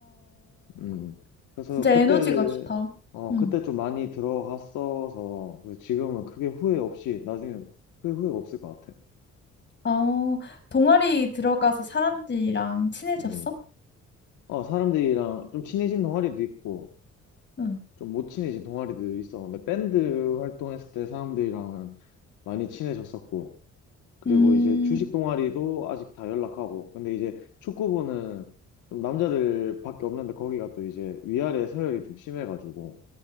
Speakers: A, on the left; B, on the left.
A: 음. 그래서
B: 진짜
A: 그때,
B: 에너지가 좋다.
A: 어,
B: 음.
A: 그때 좀 많이 들어갔어서, 그 지금은 크게 후회 없이, 나중에 크게 후회 없을 것 같아.
B: 어, 동아리 들어가서 사람들이랑 친해졌어?
A: 음. 어, 사람들이랑 좀 친해진 동아리도 있고,
B: 응.
A: 좀 못 친해진 동아리도 있어. 근데 밴드 활동했을 때 사람들이랑 은 많이 친해졌었고, 그리고
B: 음,
A: 이제 주식 동아리도 아직 다 연락하고, 근데 이제 축구부는 좀 남자들밖에 없는데 거기가 또 이제 위아래 서열이 좀 심해가지고,